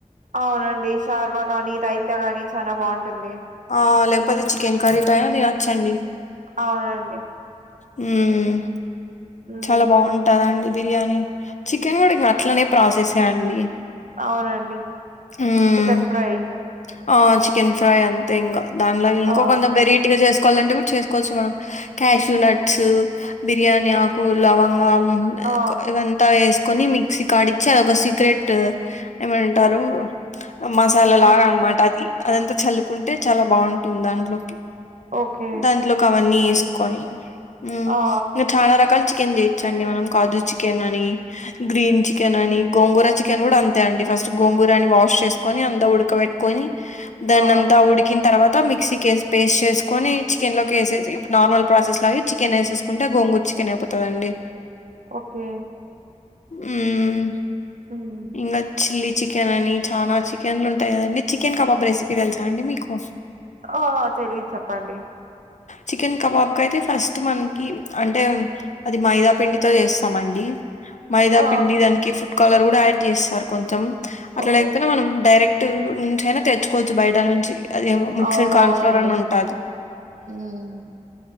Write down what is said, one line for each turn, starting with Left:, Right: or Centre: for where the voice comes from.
Right: అవునండి శార్వా గాని, రైతా గాని చాలా బాగుంటుంది.
Left: ఆ లేకపోతే చికెన్ కర్రీతో అయినా తినొచ్చండి.
Right: అవునండి
Left: ఉమ్
Right: మ్మ్
Left: చాలా బాగుంటదండి. బిర్యానీ, చికెన్ గుడా ఇప్పుడు అట్లనే ప్రాసెసే అండి.
Right: అవునండి,
Left: ఉమ్
Right: చికెన్ ఫ్రై
Left: ఆ చికెన్ ఫ్రై అంతే ఇంగా, దానిలాగ ఇంకో
Right: ఆ
Left: కొంత వెరైటీగా చేసుకోవాలంటే గుడ చేసుకోవచ్చు మనం. క్యాష్యూ నట్స్, బిర్యానీ ఆకు, లవంగం
Right: ఆ
Left: కు ఇవంతా వేస్ కొని మిక్సీ కాడిచ్చి అదొక సీక్రెట్ ఏమంటారు మసాల
Right: ఆ
Left: లాగా అనమాట అది, అదంతా చల్లుకుంటే చాలా బాగుంటుంది దాంట్లోకి.
Right: ఓకే
Left: దాంట్లోకవన్నీ ఏసుకొని ఉమ్
Right: ఆ
Left: ఇంకా చాలా ర చికెన్ చేయచ్చండి మనం కాజు చికెన్ అని, గ్రీన్ చికెన్ అని, గోంగూర చికెన్ గుడ అంతే అండి. ఫస్ట్ గోంగూరని వాష్ చేసుకొని అంతా ఉడకబెట్టుకొని, దాన్ని
Right: ఆ
Left: అంతా ఉడికిన తర్వాత మిక్సీకేస్ పేస్ట్ చేసుకొని చికెన్ లో ఏసేసి ఇప్పుడు నార్మల్ ప్రాసెస్ లాగే, చికెన్ ఏసేసుకుంట గోంగుర్ చి కన్ అయిపోతదండి.
Right: ఓకే
Left: ఉమ్
Right: మ్మ్
Left: ఇంగ చిల్లీ చికెన్ అని చాలా చికెన్లు ఉంటాయి కదండి, చికెన్ కబాబ్ రెసిపీ తెలుసా అండి మీకు?
Right: ఆ తెలీదు చెప్పండి.
Left: చికెన్ కబాబ్ కయితే ఫస్ట్ మనకి అంటే అది మైదా పిండితో చేస్తామండి, మైదా
Right: ఆ
Left: పండి దానికి ఫుడ్ కలర్ కూడా యాడ్ చేస్తారు కొంచెం అట్లా
Right: ఓకే
Left: లేకపోయినా మనం డైరెక్ట్ నుంచి అయినా తెచ్చుకోవచ్చు బయట నుంచి అది మిక్స్డ్
Right: అవునవునండి
Left: కార్న్ఫ్లోర్ అని ఉంటాది
Right: మ్మ్